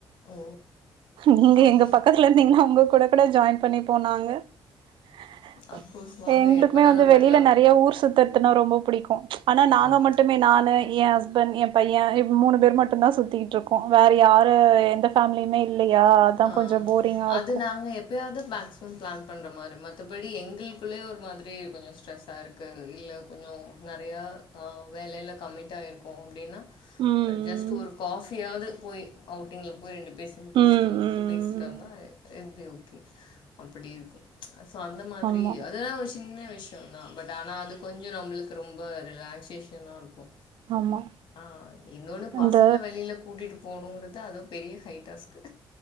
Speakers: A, on the left (about 70°); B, on the right (about 75°).
A: ஓ
B: நீங்க
A: அப்
B: எங்க பக்கத்துல இருந்தீங்கன்னா உங்க கூட கூட ஜாயின் பண்ணிப்போ நாங்க <unintelligible>
A: அஃப்கோர்ஸ் வாங்க
B: எங்களுக்குமே
A: எப்போனாலும்
B: வந்து வெளியில
A: வரலாம்
B: நெறைய ஊர் சுத்ததுனா ரொம்ப பிடிக்கும் ஆனா நாங்க
A: ஓ
B: மட் ட்டுமே நானு என் ஹஸ்பண்ட் என் பையன் மூணு பேர் மட்டும்தான் சுத்திட்டு இருக்கோ வேற யாரு எந்த ஃபேமிலியுமே இல்லையா அதான்
A: ஆ
B: கொஞ்சம் போரிங்கா
A: அது
B: இருக்கும்
A: நாங்க எப்பயாவது மேக்ஸிமம் பிளான் பண்ற மாரி மத்தபடி எங்களுக்குள்ளயே ஒரு மாதிரி கொஞ்சம் ஸ்ட்ரெஸ்ஸா இருக்கு இல்ல கொஞ்சம் நெறையா ஆ வேலையில கம்மிட் ஆயிருக்கோ அப்டின்னா
B: ம்
A: ஜஸ்ட் ஒரு காஃபியாவது போய் அவுட்டிங்ல போய் ரெண்டு பேர் சேந்து குடிச்சிட்டு
B: ம்
A: ட்டு வந்துட்டு
B: ம்
A: பேசிட்டு வந்தா
B: ம்
A: இது பி ஓகே அப்படி இருக்கும் சோ அந்த மாதிரி
B: ம் ஆமா
A: அதெல்லாம் விஷயம் சின்ன விஷயம்தா பட் ஆனா அது கொஞ்சம் நம்மளுக்கு ரொம்ப ரிலாக்சேஷனா இருக்கும்
B: ஆமா
A: ஆ இன்னொன்னு
B: அந்த
A: பசங்க வெளியில கூட்டிட்டு போகணுங்குறது அதுவு பெரிய ஹைடாஸ்க்கு